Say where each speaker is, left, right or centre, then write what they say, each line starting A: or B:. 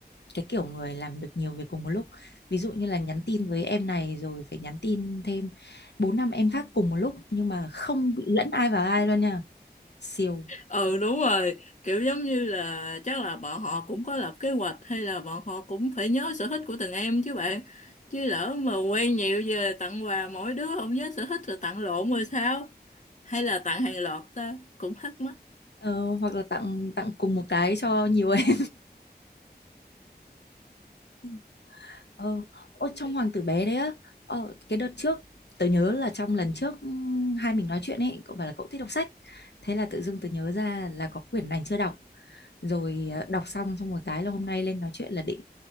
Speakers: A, on the left; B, on the left.
A: cái kiểu người làm được nhiều việc cùng một lúc ví dụ như là nhắn tin với em này rồi phải nhắn tin thêm bốn năm em khác cùng một lúc nhưng mà không bị lẫn ai vào ai luôn nha siêu
B: ừ đúng rồi kiểu giống như là chắc là bọn họ cũng có lập kế hoạch hay là bọn họ cũng phải nhớ sở thích của từng em chứ bạn chứ lỡ mà quen nhiều về tặng quà mỗi đứa không nhớ sở thích rồi tặng lộn rồi sao hay là tặng hàng loạt ta cũng thắc mắc
A: Ờ, hoặc là tặng tặng cùng một cái cho nhiều em <laughs> ờ ô, trong hoàng tử bé đấy á ờ, cái đợt trước tớ nhớ là trong lần trước ừm, hai mình nói chuyện ấy cậu bảo là cậu thích đọc sách thế là tự dưng tớ nhớ ra là có quyển này chưa đọc rồi ờ, đọc xong xong một cái là hôm nay lên nói chuyện là định